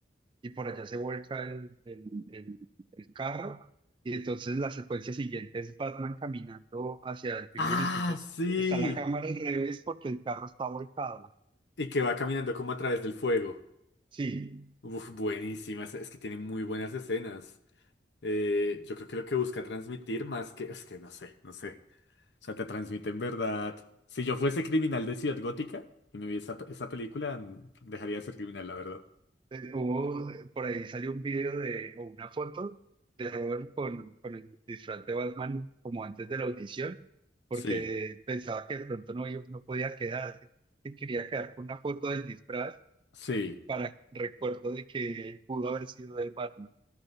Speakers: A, on the right; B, on the left.
A: y por allá se vuelca el, el, el- el carro y entonces la secuencia siguiente es Batman caminando hacia el pingüino,
B: ¡Ah,
A: entonces
B: sí!
A: está la cámara al revés porque el carro está volcado.
B: Y que va caminando como a través del fuego.
A: Sí,
B: Uf, buenísimas. Es que tiene muy buenas escenas. Eh, yo creo que lo que busca transmitir más que, es que no sé, no sé. O sea, te transmite en verdad. Si yo fuese criminal de Ciudad Gótica y me vi esa, esa película, mm, dejaría de ser criminal, la verdad.
A: Eh, hubo, eh, por ahí salió un video de, o una foto de Robert con, con el disfraz de Batman como antes de la audición, porque
B: Sí.
A: pensaba que de pronto no, iba- no podía quedar, que quería quedar con una foto del disfraz
B: Sí.
A: para recuerdo de que pudo haber sido del Batman.